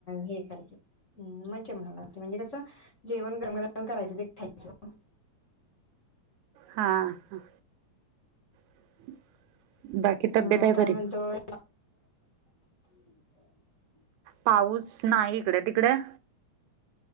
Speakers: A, on the left (about 30°); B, on the right (about 80°).
A: हे काय हम्म मग जेवनाला म्हणजे कसं जेवन गरम- गरम करायचं ते खायचं.
B: हा हा <inaudible> तब्येत
A: ह
B: आहे बरी?
A: काय म्हणतोय? <inaudible>
B: पाऊस नाही हीकडं. तिकडं?